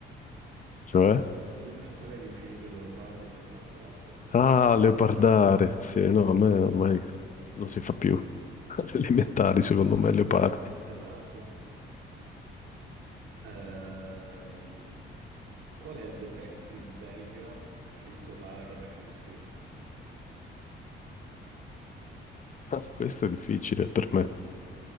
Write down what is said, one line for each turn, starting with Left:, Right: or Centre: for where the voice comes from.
Left: Cioè?
Right: Le- <laughs> qual è l'infinito di Leopardi e Leopardare? Vabbè,
Left: Ah,
Right: lasciamo stare.
Left: leopardare. Sì, no, a me ormai non si fa più. <laughs> Alle Elementari, secondo me, leopardi.
Right: Esatto. Ehm, qual è il detective belga scritto da Agatha Christie?
Left: Ah, <laughs> Questo è difficile per me.